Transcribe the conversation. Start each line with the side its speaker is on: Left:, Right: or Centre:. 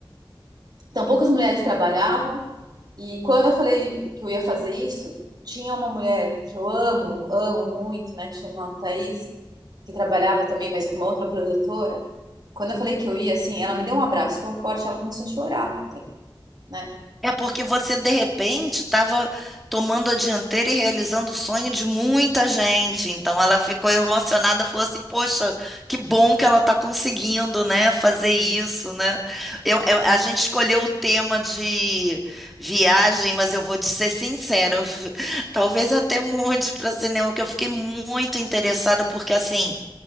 Right: Então, poucas mulheres trabalhavam. E quando eu falei que eu ia fazer isso, tinha uma mulher que eu amo, amo muito, né, que chama Thaís, que trabalhava também, mas para uma outra produtora. Quando eu falei que eu ia, assim, ela me deu um abraço tão forte, ela começou a chorar até, né?
Centre: É porque você, de repente, estava tomando a dianteira e realizando o sonho de muita gente. Então, ela ficou emocionada, falou assim: Poxa, que bom que ela está conseguindo, né, fazer isso, né? Eu, eu- a gente escolheu o tema de viagem, mas eu vou te ser sincera, eu fi- talvez até mude para cinema, porque eu fiquei muito interessada, porque assim.